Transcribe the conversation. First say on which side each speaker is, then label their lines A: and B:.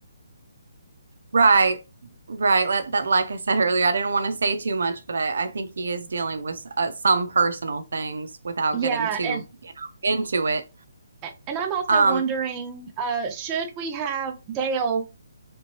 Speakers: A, on the right; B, on the right.
A: Right. Right. Let that, like I said earlier, I didn't want to say too much, but I, I think he is dealing with uh, some personal things without
B: Yeah,
A: getting too,
B: and
A: you know, into it.
B: and I'm also
A: Um,
B: wondering, uh, should we have Dale